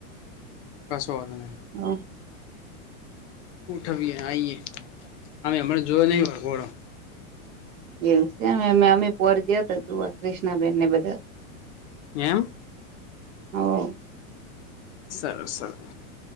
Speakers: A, on the left; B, on the right.
A: કશો વોધો નઈ.
B: હા.
A: ઉઠવીએ આઈએ અમે હમણાં જોયો નહીં વરઘોડો
B: એવું છે અમે અમે પોર ગયા તા જોવા ક્રિષ્ના બહેન ને બધા
A: એમ
B: હઓ
A: સર સર